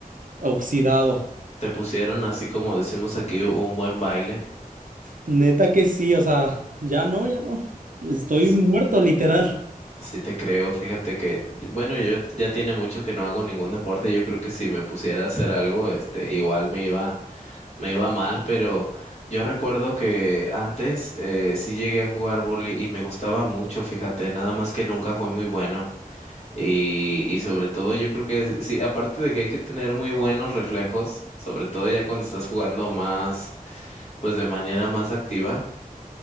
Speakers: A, on the right (about 65°); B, on the left (about 50°).
A: oxidado,
B: Te pusieron así como decimos aquí un buen baile.
A: neta que sí, o sea, ya no, ya no, estoy
B: S-
A: muerto, literal.
B: Sí te creo. Fíjate que, bueno, yo ya tiene mucho que no hago ningún deporte. Yo creo que si me pusiera a hacer algo, este, igual me iba, me iba mal, pero yo recuerdo que antes eh, sí llegué a jugar vóley y me gustaba mucho, fíjate, nada más que nunca fui muy bueno. Y, y sobre todo yo creo que sí, aparte de que hay que tener muy buenos reflejos, sobre todo ya cuando estás jugando más, pues de manera más activa,